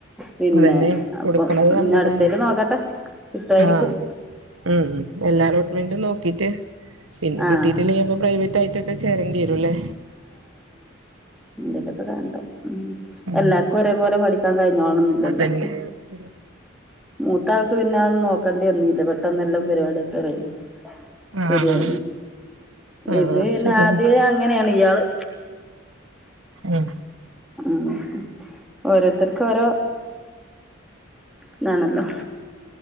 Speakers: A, in the centre; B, on the right.
A: പിന്നെ
B: അതെന്നെ കൊടുക്ണത്
A: അപ്പം
B: നല്ലതാണ്
A: ഇനി അടുത്തേൽ നോക്കട്ടെ കിട്ടുമായിരിക്കും
B: ആ ഉം ഉം എല്ലാ അലോട്ട്മെന്റും നോക്കീട്ട് പിന്നെ
A: ആഹ്
B: കിട്ടിട്ടില്ലെങ്കിൽ അപ്പൊ പ്രൈവറ്റ് ആയിട്ടൊക്കെ ചേരേണ്ടി വരുംല്ലേ
A: എന്തെങ്കിലുക്കെ കാട്ടണം
B: ഉം
A: എല്ലാർക്കും ഒരെ പോലെ പഠിക്കാൻ കഴിയി കാണോന്നില്ലല്ലോ
B: അതന്നെ അത് ശരിയാ
A: മൂത്താൾക്ക് പിന്നെ അതൊന്നും നോക്കേണ്ടി വന്നില്ല പെട്ടെന്ന് എല്ലം പരിപാടൊക്കെ കഴിഞ്
B: ആഹ്
A: ശരിയായിനി
B: ആഹ്
A: ഇത്
B: ശരിയന്നെ
A: ആദ്യെ അങ്ങനെണ് ഇയാള്
B: ഉം
A: ഉം ഓരോര്ത്തർക്ക് ഓരോ ഇതാണല്ലോ